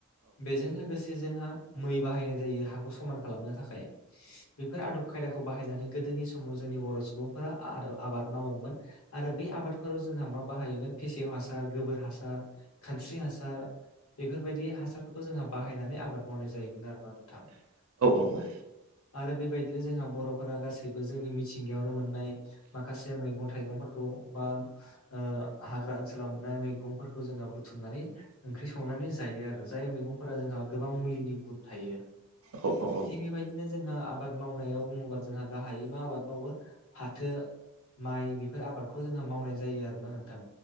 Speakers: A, on the left (about 80°); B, on the right (about 80°).
A: बेजों लोगोसे जोंहा मै बाहायनाय जायो हाखौ समान खालामनो थाखाय। बेफोर आदब खायदाखौ बाहायनानै गोदोनि समाव जोंनि बर' सुबुंफोरा आदब आबाद मावोमोन। आरो बे आबादफोराव जोंहा मा बाहायोमोन फेसेव हासार गोबोर हासार खानस्रि हासार बेफोरबायदि हासारफोरखौ जोंहा बाहायनानै आबाद मावनाय जायोमोन आरोना नोंथां।
B: औ औ।
A: आरो बेबायदिनो जोंहा बर'फोरा गासैबो जोंनि मिथिंगायावनो मोननाय माखासे मैगं थाइगंफोरखौ बा ओ हाग्रा ओनसोलाव मोननाय मैगंफोरखौ जोङो बुथुमनानै ओंख्रि संनानै जायो आरो जाय मैगंफोराव जोंहा गोबां मुलिनि गुन थायो।
B: अ औ
A: थिग बेबायदिनो जोंहा आबाद मावनायाव बुङोबा जोंहा गाहायै मा आबाद मावो फाथो माइ बेफोर आबादखौ जोंहा मावनाय जायो। आरोोना नोंथां